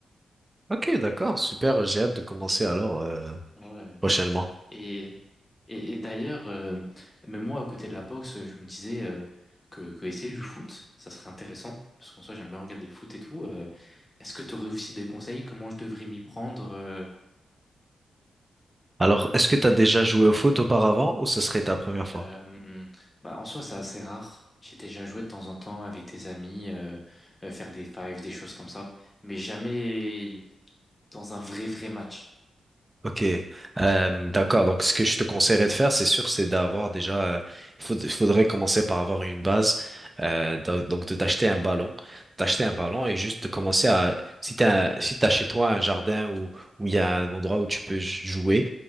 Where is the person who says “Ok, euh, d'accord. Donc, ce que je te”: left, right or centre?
Right